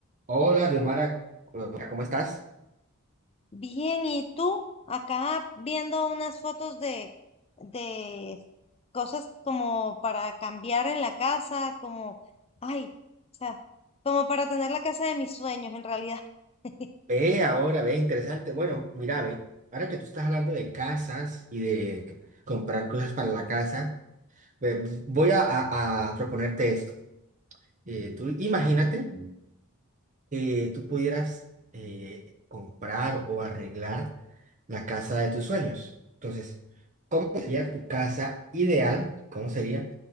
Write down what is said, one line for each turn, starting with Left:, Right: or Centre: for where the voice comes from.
Right: Hola, Diomara, Hola, ¿cómo estás?
Left: Bien, ¿y tú? Acá viendo unas fotos de, de cosas como para cambiar en la casa, como, ay, o sea, como para tener la casa de mis sueños en realidad. <laughs>
Right: Ve ahora, ve, interesante. Bueno, mira, ve, ahora que tú estás hablando de casas y de comprar cosas para la casa, ve, voy a, a- a proponerte esto. Eh, tú imagínate que tú pudieras eh, comprar o arreglar la casa de tus sueños. Entonces, ¿cómo sería tu casa ideal? ¿Cómo sería?